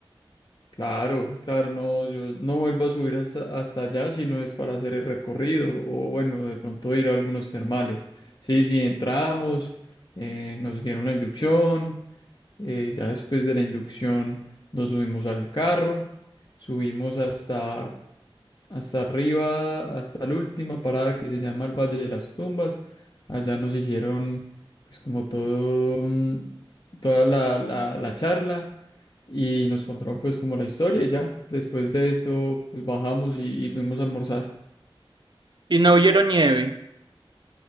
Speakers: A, on the left (about 50°); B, on the right (about 55°).
A: Claro, claro, no, yo no vuelvo a subir hasta, hasta allá si no es para hacer el recorrido o bueno, de pronto ir a algunos termales. Sí, sí, entramos, eh, nos dieron la inducción, eh, ya después de la inducción nos subimos al carro, subimos hasta, hasta arriba, hasta la última parada que se llama el Valle de las Tumbas. Allá nos hicieron pues como todo, mm, toda la, la la charla y nos contaron pues como la historia y ya. Después de esto pues bajamos y, y fuimos a almorzar.
B: Y no vieron nieve.